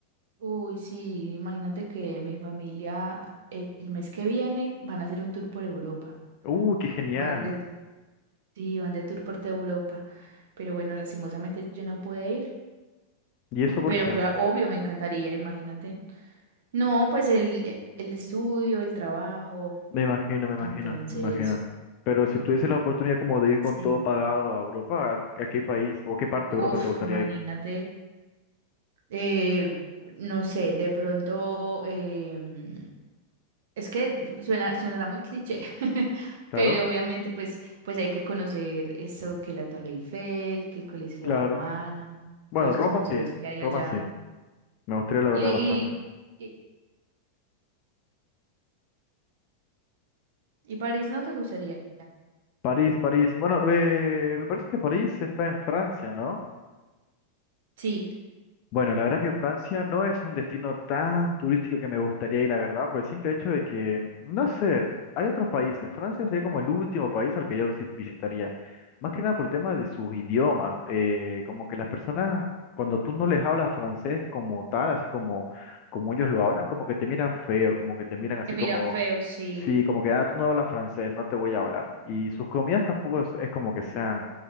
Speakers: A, on the right (about 55°); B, on the left (about 40°).
A: Uy, sí, imagínate que mi familia el, el mes que viene van a hacer un tour por Europa.
B: Uh, qué genial.
A: Van de, sí, van de tour por toda Europa. Pero bueno, lastimosamente yo no pude ir.
B: ¿Y eso por
A: Pero
B: qué?
A: claro, obvio, me encantaría, imagínate. No, pues el, el estudio, el trabajo.
B: Me imagino, me
A: Entonces,
B: imagino, me imagino. Pero si tuviese la oportunidad como de ir con
A: sí.
B: todo pagado a Europa, ¿a, a qué país o qué parte
A: Uf,
B: de Europa te gustaría
A: imagínate.
B: ir?
A: eh, no sé, de pronto, em, Es que suena, sonará muy cliché, <laughs>
B: Claro,
A: pero obviamente pues, pues hay que conocer eso, que la Torre Eiffel, que el Coliseo
B: claro.
A: Romano,
B: Bueno,
A: todos esos
B: Roma
A: museos
B: sí,
A: que hay
B: Roma
A: allá.
B: sí. Me gustaría la verdad
A: Y,
B: bastante.
A: y, y, y París no te gustaría.
B: París, París. Bueno, eh, me parece que París está en Francia, ¿no?
A: Sí,
B: Bueno, la verdad que Francia no es un destino tan turístico que me gustaría ir, la verdad, por el simple hecho de que, no sé, hay otros países. Francia sería como el último país al que yo visi- visitaría. Más que nada por el tema de sus idiomas. ¿no? Eh, como que las personas, cuando tú no les hablas francés como tal, así como, como ellos lo hablan, como que te miran feo, como que te miran así
A: que
B: como...
A: miran feo, sí.
B: Sí, como que, ah, tú no hablas francés, no te voy a hablar. Y sus comidas tampoco es, es como que sean